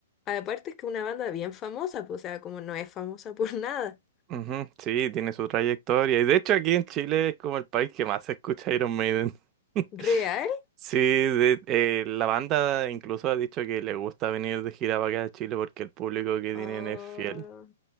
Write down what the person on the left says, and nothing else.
aparte es que una banda bien famosa, pues, o sea, como no es famosa por <laughs> nada.
¿Real?
Oh.